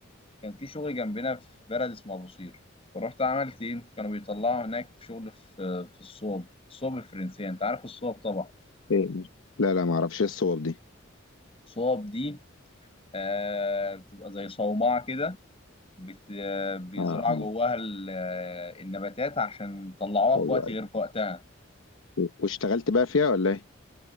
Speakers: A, on the left; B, on the left.
A: كان في شغل جنبنا في بلد اسمه أبو قير فرحت عملت إيه كانوا بيطلعوا هناك في شغل في في الصوب الصوب الفرنسية أنت عارف الصوب طبعا
B: إيه، مش- لا لا ما اعرفش ايه الصواب دي
A: الصوب دي آه بتبقى زي صومعة كده بت... آه، بيزرعوا
B: اه آه.
A: جواها ال- آه، النباتات عشان يطلعوها
B: ايوه
A: في وقت غير في وقتها
B: أيوة. واشتغلت بقى فيها ولا ايه